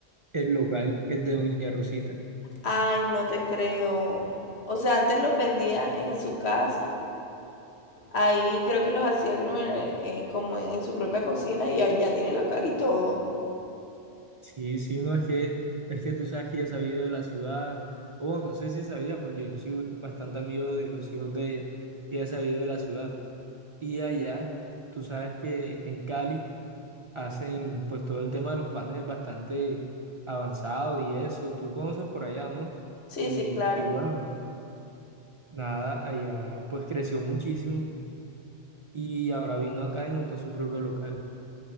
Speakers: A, on the right; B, on the left.
A: El local es de Doña Rosita.
B: Ay, no te creo. O sea, antes los vendía en su casa. Ahí creo que los hacía creo, en- en- como en, en su propia cocina y ya, ya tiene local y todo.
A: Sí, sí, no es que, es que tú sabes que ya he sabido de la ciudad, o bueno, no sé si sabías, porque yo soy bastante amigo de los hijos de ella, y ya he sabido de la ciudad. Y allá, tú sabes que en Cali hacen pues todo el tema de los panes bastante avanzado y eso, tú conoces por allá, ¿no?
B: Sí,
A: Y,
B: sí, claro.
A: y bueno, nada, allá pues creció muchísimo y ahora vino acá y montó su propio local.